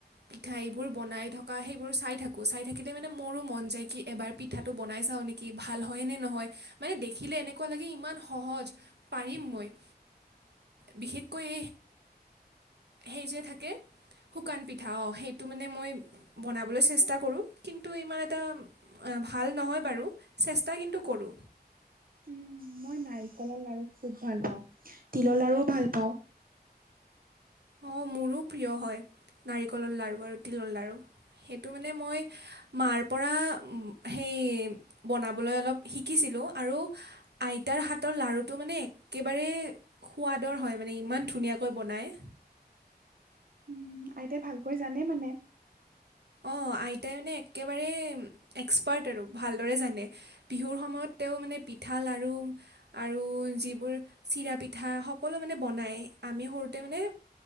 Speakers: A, on the right; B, on the right.
A: পিঠাই বোৰ বনাই থকা সেইবোৰ চাই থাকোঁ চাই থাকিলে মানে মোৰো মন যায় কি এবাৰ পিঠাটো বনাই চাওঁ নেকি কি ভাল হয় নে নহয় মানে দেখিলে এনেকুৱা লাগে ইমান সহজ পাৰিম মই। বিশেষকৈ সেই যে থাকে শুকান পিঠা অঁ সেইটো মানে মই বনাবলৈ চেষ্টা কৰোঁ কিন্তু ইমান এটা। ভাল নহয় বাৰু চেষ্টা কিন্তু কৰোঁ।
B: উম, মই নাৰিকলৰ লাৰু খুব ভাল পাওঁ তিলৰ লাৰুও ভাল পাওঁ।
A: অ, মোৰো প্ৰিয় হয় নাৰিকলৰ লড়ু আৰু তিলৰ লাৰ়ু সেইটো মানে মই মাৰ পৰা সেই বনাবলৈ অলপ শিকিছিলোঁ আৰু। আইতাৰ হাতৰ লডাৰ়ুটো মানে একেবাৰে। সোৱাদৰ হয় মানে ইমান ধুনীয়াকৈ বনায়।
B: উম, আইতাই ভালকৈ জানে মানে।
A: অ, আইতাই মানে একেবাৰে এক্সপাৰ্ট আৰু ভালদৰে জানে। বিহুৰ সময়ত তেওঁ মানে পিঠা লাড়ু। আৰু যিবোৰ চিৰা পিঠা সকলো মানে বনাই আমি সৰুতে মানে।